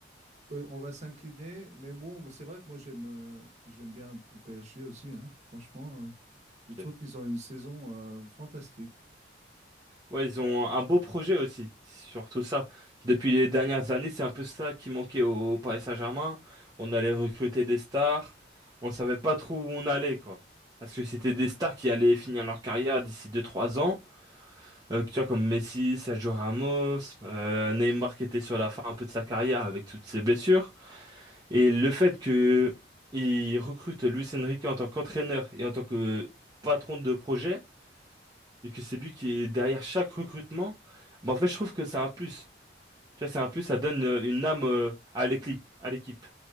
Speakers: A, on the right; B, on the right.
A: euh, on va s'incliner. Mais bon, c'est vrai que moi, j'aime euh, j'aime bien le PSG aussi, hein, franchement. euh. je trouve
B: Ok.
A: qu'ils ont une saison euh, fantastique.
B: Ouais, ils ont un beau projet aussi, surtout ça. Depuis les dernières années, c'est un peu ça qui manquait au, au Paris Saint-Germain. On allait recruter des stars, on savait pas trop où on allait quoi. Parce que c'était des stars qui allaient finir leur carrière d'ici deux trois ans. Euh, tu vois, comme Messi, Sergio Ramos, euh, Neymar qui était sur la fin un peu de sa carrière avec toutes ses blessures. Et le fait que il recrute Luis Enrique en tant qu'entraîneur et en tant que patron de projet, et que c'est lui qui est derrière chaque recrutement, bah en fait je trouve que c'est un plus. Tu vois, c'est un plus, ça donne euh, une âme euh, à l'équipe, à l'équipe.